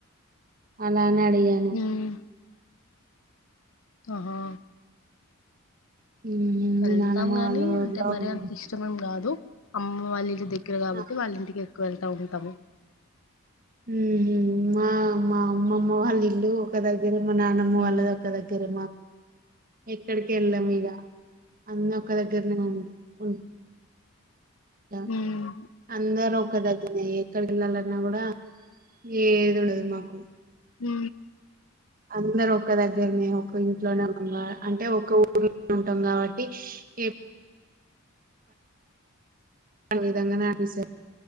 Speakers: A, on the right; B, on the left.
A: అలా ని అడిగాను
B: హ్మ్. ఆహా
A: ఉహు
B: వెళ్తాం
A: మీ నానమ్మ
B: గాని
A: వాళ్ళ
B: అంటే
A: ఊర్లో
B: మరి
A: ఉండ-
B: అంత ఇష్టమేం కాదు అమ్మమ్మ వాళ్ళ ఇళ్లుద దగ్గర కాట్టి
A: ఆ,
B: వాళ్ళ ఇంటికి ఎక్కువ వెళ్తా ఉంటాము
A: ఊ హూ మా మా అమ్మమ్మ వాళ్ళ ఇల్లు ఒక దగ్ దగ్గర మా నానమ్మ
B: ఉమ్
A: వాళ్ళది ఒక దగ్గర మా ఎక్కడికి వెళ్ళము ఇక అన్ని ఒక దగ్గర గర్రే గా <unintelligible> ఉంటా
B: ఉమ్
A: అందరొ ఒక దగ్గిరనే ఎక్కడికి వెళ్ళాలన్నా కూడా ఏదీ ఉండదు మాకు
B: ఊ
A: అందరు ఒక్క దగ్గరనే ఒక ఇంట్లోనే ఉంగ అంటే ఒక ఉంటుంటాం కాబట్టి ఎప్ ఆ విధంగానే <unintelligible>